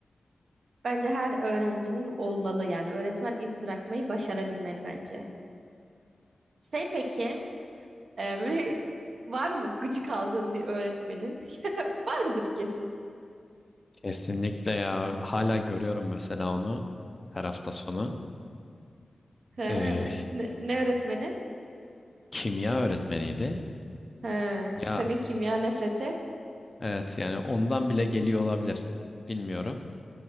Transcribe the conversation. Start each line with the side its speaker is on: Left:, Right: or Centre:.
Right: Bence her öğrencinin olmalı yani öğretmen iz bırakmayı başarabilmeli bence. Şey peki, Ee, böyle var mı gıcık aldığın bir öğretmenin? <laughs> Vardır kesin.
Left: Kesinlikle ya hala görüyorum mesela onu her hafta sonu.
Right: He.
Left: Ee,
Right: Ne, ne öğretmenin?
Left: kimya öğretmeniydi.
Right: He.
Left: Ya
Right: Senin kimya nefreti.
Left: evet yani ondan bile geliyor olabilir. Bilmiyorum.